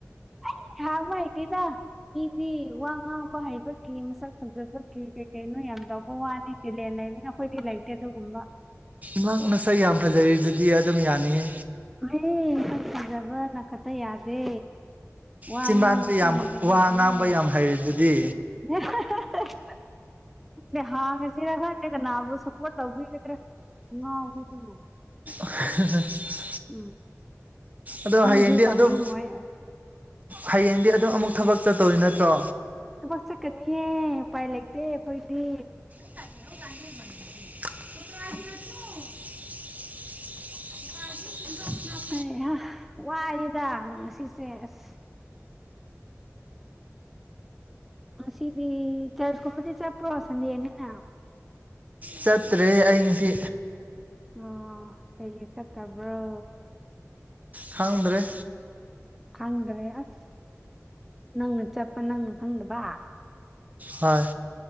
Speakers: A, in the centre; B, on the right.
A: ꯑꯩ ꯉꯥꯡꯕ ꯍꯩꯇꯦꯗ ꯃꯤꯗꯤ ꯋꯥ ꯉꯥꯡꯕ ꯍꯩꯕꯒꯤ ꯃꯁꯛ ꯐꯖꯕꯒꯤ ꯀꯩ ꯀꯩꯅꯣ ꯌꯥꯝ ꯇꯧꯕ ꯋꯥꯅꯦ ꯇꯤꯂꯦꯟ ꯂꯩꯕꯅꯤꯅ ꯑꯩꯈꯣꯏꯗꯤ ꯂꯩꯇꯦ ꯑꯗꯨꯒꯨꯝꯕ
B: ꯅꯪ ꯅꯁꯛ ꯌꯥꯝ ꯐꯖꯔꯤꯗꯨꯗꯤ ꯑꯗꯨꯝ ꯌꯥꯅꯤꯌꯦ
A: <unintelligible> ꯁꯛꯐꯖꯕꯅ ꯈꯥꯇ ꯌꯥꯗꯦ ꯋꯥ
B: ꯆꯤꯝꯕꯥꯟꯁꯨ
A: ꯉꯥꯡꯕꯁꯨ
B: ꯌꯥꯝ
A: ꯍꯩꯒꯗꯕꯅꯦ
B: ꯋꯥ ꯉꯥꯡꯕ ꯌꯥꯝ ꯍꯩꯔꯤꯗꯨꯗꯤ
A: <unintelligible> ꯍꯥꯡꯉꯥꯁꯤꯔ ꯈꯪꯗꯦ ꯀꯅꯥꯕꯨ ꯁꯞꯄꯣꯔ ꯇꯧꯕꯤꯒꯗꯔ ꯉꯥꯎꯕꯤꯒꯨꯝꯅ
B: <unintelligible>
A: ꯎꯝ
B: ꯑꯗꯣ
A: ꯃꯣꯏꯁꯨ
B: ꯍꯌꯦꯡꯗꯤ
A: ꯇꯧꯅꯤꯡꯉꯣꯏ
B: ꯑꯗꯨꯝ ꯍꯌꯦꯡꯗꯤ ꯑꯗꯨ ꯑꯃꯨꯛ ꯊꯕꯛ ꯆꯠꯇꯣꯔꯤ ꯅꯠꯇ꯭ꯔꯣ
A: ꯊꯕꯛ ꯆꯠꯀꯅꯤꯌꯦ ꯎꯄꯥꯏ ꯂꯩꯇꯦ ꯑꯩꯈꯣꯏꯗꯤ
B: <unintelligible>
A: ꯍꯩ ꯍꯥ ꯋꯥꯑꯦꯗ ꯉꯁꯤꯁꯦ ꯑꯁ ꯉꯁꯤꯗꯤ ꯆꯔꯖ ꯀꯨꯝꯕꯗꯤ ꯆꯠꯄ꯭ꯔꯣ ꯁꯟꯗꯦꯅꯤꯅ
B: ꯆꯠꯇ꯭ꯔꯦ ꯑꯩ ꯉꯁꯤ
A: ꯑꯣ ꯀꯩꯒꯤ ꯆꯠꯇꯕ꯭ꯔꯣ
B: ꯈꯪꯗ꯭ꯔꯦ
A: ꯈꯪꯗ꯭ꯔꯦ ꯑꯁ ꯅꯪꯅ ꯆꯠꯄ ꯅꯪꯅ ꯈꯪꯗꯕ
B: ꯍꯣꯏ